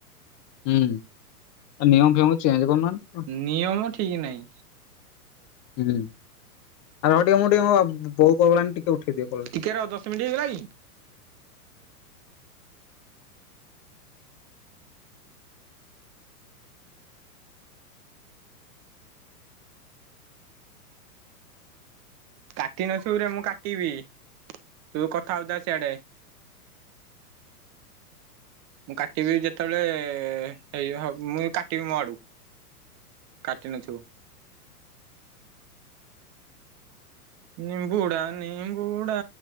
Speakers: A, on the left; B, on the right.
A: ହୁଁ ନିୟମ ଫେମ ଚେଞ୍ଜ କରୁ ନାହାନ୍ତି।
B: ନିୟମ ଠିକ ନାହିଁ।
A: ହୁଁ। ଆରେ ହ ଟିକେ ମୁଁ ଟିକେ ମୋ ବୋଉ କଲ କଲାଣି ଟିକେ ଉଠେଇ ଦିଏ କଲ ଟା।
B: ଟିକେ ରହ ଦଶ ମିନିଟି ହେଇଗଲା କି? କାଟି ନଥିବୁରେ ମୁଁ କାଟିବି ତୁ କଥା ହଉଥା ସିଆଡେ। ମୁଁ କାଟିବି ଯେତେବେଳେ ହେଇ ହୋ ମୁଁ ଏ କାଟିବି ମୋ ଆଡୁ। କାଟି ନଥିବୁ। ନିମ୍ବୁଡା ନିମ୍ବୁଡା